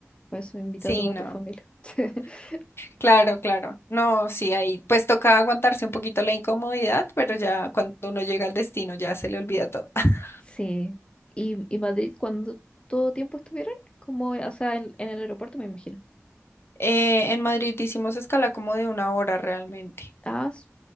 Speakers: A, on the left (about 25°); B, on the left (about 55°).
A: por eso invita
B: Sí,
A: a toda
B: no.
A: tu familia. <laughs>
B: Claro, claro. No, sí, ahí pues toca aguantarse un poquito la incomodidad, pero ya cuando uno llega al destino ya se le olvida todo. <laughs>
A: Sí. ¿Y, y Madrid cuando todo tiempo estuvieron? Como, o sea, en en el aeropuerto me imagino.
B: Eh, en Madrid hicimos escala como de una hora realmente.
A: Ah, s-